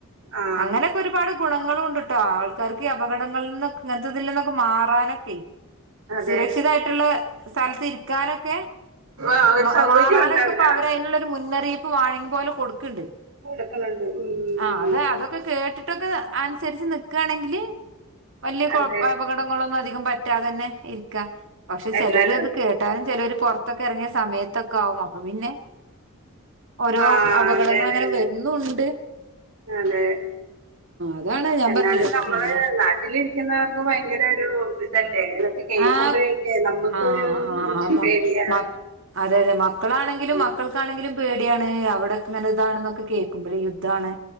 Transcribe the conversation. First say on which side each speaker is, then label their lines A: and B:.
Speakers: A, on the right; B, on the right.
A: ആ
B: അങ്ങനെയൊക്കെ ഒരുപാട് ഗുണങ്ങളൂണ്ട്. ട്ടോ ആൾക്കാർക്ക് അപകടങ്ങളി നിന്ന് ഇങ്ങനത്തെതിൽന്നൊക്കെ മാറാനൊക്കെ
A: അതെ
B: സുരക്ഷിതായിട്ടുള്ള സ്ഥലത്ത് ഇരിക്കാനൊക്കെ
A: ആ ഒരു
B: മ
A: സൗകര്യം
B: മാറാനൊക്കെ
A: ഉണ്ട് അവിടെ
B: അപ്പോ അവരതിനുള്ളൊരു മുൻ വാണിങ് പോലെ കൊടുക്ക്ണ്ട്
A: കൊടുക്കുന്നുണ്ട് ഉം
B: ആഹ് അത് അതൊക്കെ കേട്ടിട്ട് ട്ടൊക്കെ അനുസരിച്ച് നിക്കാണെങ്കില് വല്യ കൊ
A: അതെ
B: അപകടങ്ങളൊ ന്നും അധികം പറ്റാതെ തന്നെ ഇരിക്കാ പക്ഷേ
A: എന്നാലും
B: ചെലോര് അത് കേട്ടാ ചെലോര് പൊറത്തൊക്കെ എറങ്ങിയ സമയത്തൊക്കെ ആകും അപ്പോ പിന്നെ ഓരോ
A: ആ
B: അപകടങ്ങളങ്ങനെ
A: അതെ അതെ അതെ
B: വരുന്നൂവോണ്ട്
A: അതെ
B: അതാണ് ഞാൻ
A: എന്നാലും
B: പറഞ്ഞില്ലേ
A: നമ്മള്
B: പിന്നെ
A: നാട്ടിലിരിക്കുന്നവർക്ക് ഭയങ്കര ഒരു ഇതല്ലേതൊക്കെ കേക്കുമ്പഴേക്കെ
B: ആഹ്
A: നമുക്കൊരു
B: ആഹ് ആഹ് മ
A: പേടിയാ
B: മ അതെ അതെ മക്കളാണെങ്കിലും
A: ഉം.
B: മക്കൾക്കാണെങ്കിലും പേടിയാണ് നെ അവടൊക്കെങ്ങ ഇതാണെന്ന് കേക്കുമ്പഴേ യുദ്ധാണ്